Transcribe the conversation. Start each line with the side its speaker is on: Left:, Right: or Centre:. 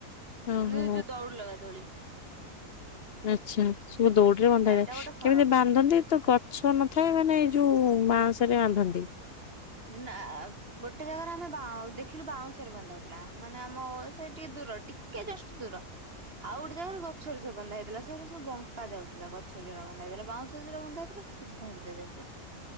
Left: ଓ
Right: ମାନେ
Left: ହୋ
Right: ଯୋଉ ଦୌଡି ଲଗା ଦୋଳି
Left: ଆଛା ସବୁ ଦୌ ରେ ବନ୍ଧାଜାଏ
Right: ଏଇଟା ଗୋଟେ ଫରକ
Left: କେମିତି ବାନ୍ଧନ୍ତି ତ ଗଛ ନଥାଏ ମାନେ ଏଇ ଯୋଉ ବାଉଁଶରେ ବାନ୍ଧନ୍ତି।
Right: ନାପ୍ ଗୋଟେ ଜାଗାରେ ଆମେ ବା ଦେଖିଲୁ ବାଉଁଶରେ ବନ୍ଧାହେଇଥିଲା ହେଇଥିଲା ମାନେ ଆମ ସେ ଟିକେ ଦୂର ଟିକେ ଜଷ୍ଟ ଦୂର। ଆଉ ଗୋଟେ ଜାଗାରେ ଗଛରେ ସବୁ ବାନ୍ଧହେଇଥିଲା ହେଇଥିଲା ସେଇଟି ସବୁ ବ ଙ୍କା ଯାଉଥିଲା ଗଛରେ ଯଉଗୁଡା ବନ୍ଧା ହେଇଥିଲା ବାଉଁଶରେ ଯଉଗୁଡା ବନ୍ଧାହେଇଥିଲା ସିଧା ସିଧା ଯାଉଥିଲା।